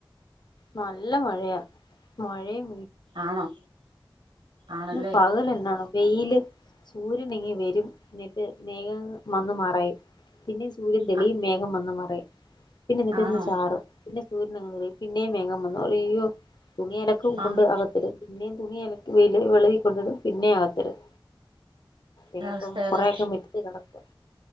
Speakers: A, on the left; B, on the right.
A: നല്ല മഴയാ മഴേം
B: ആണോ ആണല്ലേ
A: ഇ പകൽ എന്ന വെയില് സൂര്യനങ്ങി വെ എന്നിട്ട് <inaudible> വന്നു മറയും പിന്നെ സൂര്യൻ തെളിയും
B: ആ
A: മേഘം വന്ന് മറയും പിന്നെ എന്നിട്ട്
B: ആണോ
A: ഇന്ന് ചാറും പിന്നെ സൂര്യനങ്ങ് വരും പിന്നേം മേഘം വന്നു മറയും അയ്യോ തുണി അലക്കും
B: ആഹ്
A: കൊണ്ട് അകത്തിടും പിന്നെയും തുണി അലക്കി വെയി- കൊണ്ടിടും പിന്നേം അകത്തിടും
B: കാലാവസ്ഥയല്ലേ
A: ഇനിയിപ്പം കൊറേയൊക്കെ മിറ്റത്ത് കിടക്കും